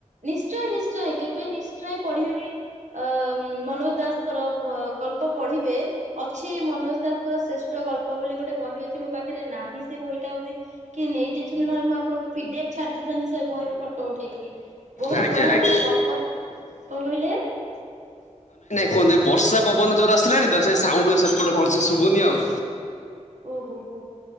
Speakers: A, on the right; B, on the left.
A: ନିଶ୍ଚୟ, ନିଶ୍ଚୟ। କେବେ ନିଶ୍ଚୟ ପଢିବେ ଅ ମନୋଜ ଦାସଙ୍କର। ଗଳ୍ପ ପଢିବେ ଅଛି ମନୋଜ ଦାସଙ୍କର ଶ୍ରେଷ୍ଠ ଗଳ୍ପ ବୋଲି ଗୋଟେ ବହି ଅଛି ମୋ ପାଖରେ ପାଖରେ ନାହିଁ ସେ ବହିଟା ବୋଧେ କିଏ ନେଇଯାଇଛନ୍ତି ନହେଲେ ମୁଁ ଆପଣଙ୍କୁ ପି ଡି ଛାଡିଦେଇଥାନ୍ତି। ସେ ବହିରୁ ଫଟୋ ଉଠେଇକି। ବହୁତ
B: ଆଜ୍ଞା
A: ବଢିଆ,
B: ଆଜ୍ଞା।
A: ବଢିଆ ଗଳ୍ପ କଣ କହିଲେ?
B: କୁହନ୍ତି। ବର୍ଷା ପବନ ଯୋରରେ ଆସିଲାଣି ତ ସେ ସାଉଣ୍ଡ ସେପଟେ ଭଲସ ଶୁଭୁନି ଆଉ।
A: ଓହୋ ହୋ ହୋ।